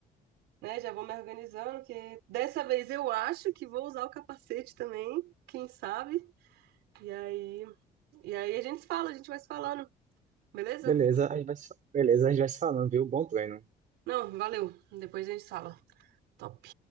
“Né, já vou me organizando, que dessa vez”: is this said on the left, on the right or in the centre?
Right